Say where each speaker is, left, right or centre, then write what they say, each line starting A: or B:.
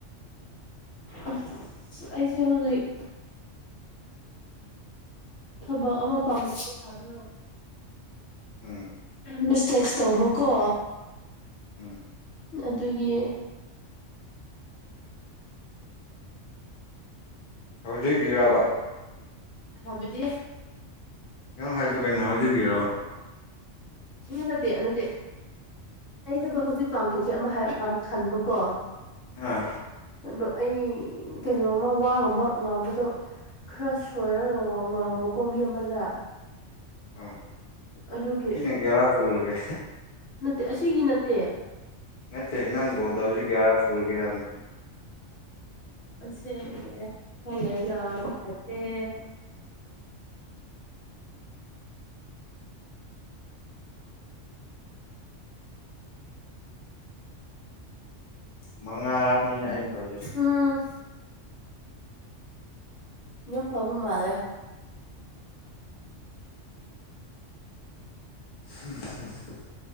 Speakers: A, on the left; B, on the left.
A: ꯑꯁ ꯑꯩꯁꯦ ꯍꯧꯖꯤꯛ ꯊꯕꯛ ꯑꯃ ꯄꯥꯡꯦ ꯍꯥꯏꯕ꯭ꯔꯣ
B: ꯎꯝ
A: ꯃꯤꯁꯇꯦꯛꯁ ꯇꯧꯕꯀꯣ
B: ꯎꯝ
A: ꯑꯗꯨꯒꯤ
B: ꯍꯧꯖꯤꯛ ꯏꯔꯕ
A: ꯍꯥꯏꯕꯗꯤ
B: ꯅꯪ ꯍꯥꯏꯗꯦ ꯀꯩꯅꯣ ꯍꯧꯖꯈꯤꯔꯕ
A: ꯍ ꯅꯠꯇꯦ ꯅꯠꯇꯦ ꯑꯩ ꯊꯕꯛ ꯍꯧꯖꯤꯛ ꯄꯥꯡꯊꯣꯛꯀꯦ ꯑꯃ ꯈꯟꯕꯨꯀꯣ
B: ꯑꯥ
A: ꯑꯗꯣ ꯑꯩ ꯀꯩꯅꯣꯃ ꯋꯥ ꯑꯃ ꯉꯥꯡꯕꯗꯣ ꯈꯔ ꯁꯣꯏꯔꯒ ꯉꯥꯡꯕꯀꯣ ꯃꯤ ꯑꯃꯗ
B: ꯑꯥ
A: ꯑꯗꯨꯒꯤ
B: ꯁꯤꯅ ꯀ ꯍꯔꯥꯛ ꯁꯨꯔꯒꯦ
A: ꯅꯠꯇꯦ ꯑꯁꯤꯒꯤ ꯅꯠꯇꯦ
B: ꯅꯠꯇꯦ ꯅꯪ ꯀꯣꯜ ꯇꯧꯁꯤ ꯀꯌꯥ ꯁꯨꯔꯒꯦ ꯍꯥꯏꯕꯅꯤ
A: ꯁꯦ ꯍꯂ ꯌꯥꯦ
B: ꯃꯉꯥꯔꯛꯅꯤꯅ ꯑꯩꯅ ꯇꯧꯗꯣꯏꯁꯤ
A: ꯎꯝ ꯌꯥꯝ ꯐꯕ ꯃꯥꯜꯂꯦ
B: ꯎꯝ